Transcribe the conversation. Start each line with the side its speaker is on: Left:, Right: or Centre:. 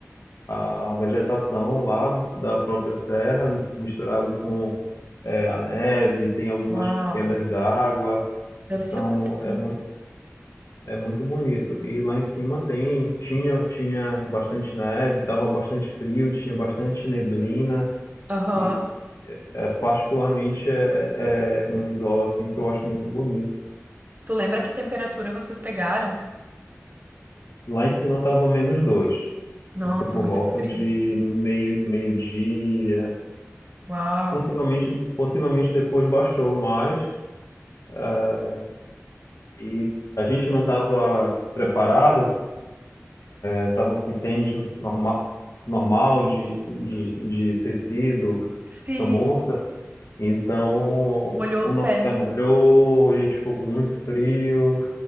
Left: a vegetação lá da própria serra misturado com é, a neve, tem algumas
Right: Uau,
Left: quedas d'água,
Right: deve
Left: então
Right: ser muito
Left: é
Right: bonito.
Left: muito É muito bonito. E lá em cima tem, tinha, tinha bastante neve, estava bastante frio, tinha bastante neblina
Right: Aham.
Left: e é, é, particularmente é, é é um visual assim que eu acho muito bonito.
Right: Tu lembra que temperatura vocês pegaram?
Left: Lá em cima estava menos dois.
Right: Nossa,
Left: Isso por
Right: muito
Left: volta
Right: frio.
Left: de meio, meio-dia.
Right: Uau.
Left: Possivelmente, possivelmente depois baixou mais ah, e a gente não estava preparado, Eu tava com tênis norma, normal de, de, de tecido, c-
Right: Sim,
Left: camurça. Então,
Right: molhou
Left: o
Right: o
Left: nosso
Right: pé.
Left: pé molhou, a gente ficou com muito frio.